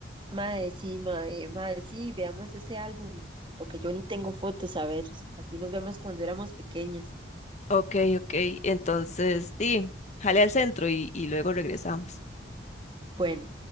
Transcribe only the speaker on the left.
Ok, ok. Entonces, sí, jale al centro y, y luego regresamos.